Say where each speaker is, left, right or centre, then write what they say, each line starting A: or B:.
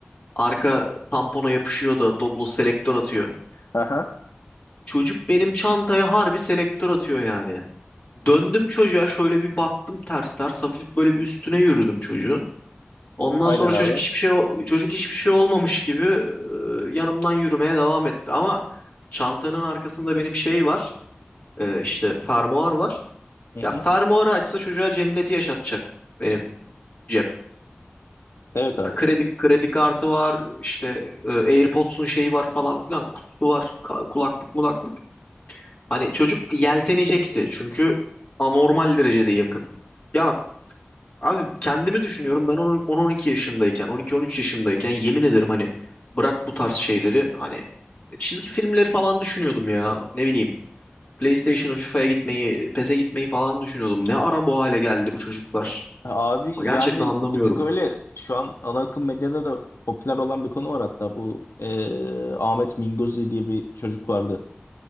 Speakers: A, on the left; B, on the left.
A: Arka tampona yapışıyor da Doblo selektör atıyor.
B: Aha.
A: Çocuk benim çantaya harbi selektör atıyor yani. Döndüm çocuğa şöyle bir baktım ters ters hafif böyle bir üstüne yürüdüm çocuğun. Ondan
B: Aynen
A: sonra çocuk
B: abi.
A: hiçbir şey çocuk hiçbir şey olmamış gibi e, yanımdan yürümeye devam etti. Ama çantanın arkasında benim şey var. e, işte fermuar var.
B: Hı hı.
A: Ya fermuarı açsa çocuğa cenneti yaşatacak benim cep.
B: Evet abi.
A: Kredi kredi kartı var, işte e, AirPods'un şeyi var falan filan, kutusu var, ka- kulaklık mulaklık. Hani çocuk yeltenecekti çünkü anormal derecede yakın. Ya abi kendimi düşünüyorum ben 10-12 yaşındayken, 12-13 yaşındayken yemin ederim hani bırak bu tarz şeyleri hani çizgi filmleri falan düşünüyordum ya ne bileyim. PlayStation'a, FIFA'ya gitmeyi, PES'e gitmeyi falan düşünüyordum. Ne ara bu hale geldi bu çocuklar?
B: Abi
A: Gerçekten
B: yani
A: anlamıyorum.
B: bir tık öyle şu an ana akım medyada da popüler olan bir konu var hatta bu eee, Ahmet Minguzi diye bir çocuk vardı.